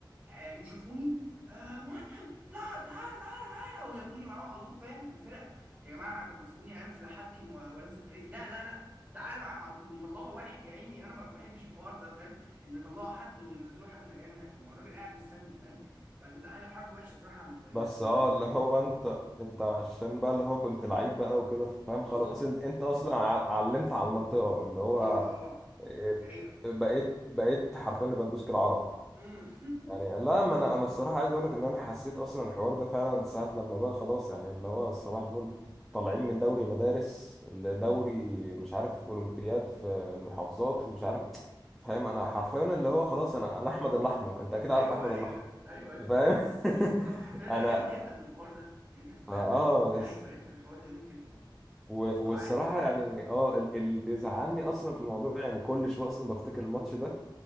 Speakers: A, on the right (about 20°); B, in the centre.
A: آه، يشوفوني آه مهند تعال تعال تعال تعال وياخدوني معاهم على طول فاهم في الفرقه يا جماعه طب ما سيبوني انزل احكم و- وانزل فرقتي لا لا لا تعالوا معانا على طول ويطلعوا واحد يا عيني انا ما بحبش الحوار ده فاهم انه يطلعوا حد وينزلوا حد مكانه يعني طب ما هو الراجل قاعد مستني فاهم فدي بتبقى حاجه حركه وحشه صراحه انا
B: بس
A: ما
B: اه
A: بغيرش
B: اللي هو انت انت عشان بقى اللي هو كنت لعيب بقى وكده فاهم
A: بالظبط
B: خلاص انت, انت اصلا ع- علمت على المنطقة اللي هو
A: دي اه
B: إيه،
A: دي حقيقه
B: بقيت بقيت حرفيا ليفاندوسكي العرب
A: مم. <laughs>
B: يعني لا ما انا انا الصراحه عايز اقول لك ان انا حسيت اصلا الحوار ده فعلا ساعه لما بقى خلاص يعني اللي هو صباح الفل طالعين من دوري مدارس لدوري مش عارف اولمبياد في المحافظات ومش عارف فاهم انا حرفيا اللي هو خلاص انا انا احمد الاحمر انت اكيد عارف
A: ايوه
B: احمد
A: ايوه
B: الاحمر
A: ايوه ايوه
B: فاهم
A: ايوه ايوه
B: <laughs>
A: بالظبط حرفيا لا
B: انا
A: جامد جدا الحوار ده يعني انت تت-
B: اه آه،
A: ت- تأهل
B: يس.
A: فرقتك الحوار ده جامد جدا طبعا
B: و-
A: مستوى
B: والصراحه
A: عالي
B: يعني اه ال- اللي زعلني اصلا في الموضوع يعني كل شويه اصلا بفتكر الماتش ده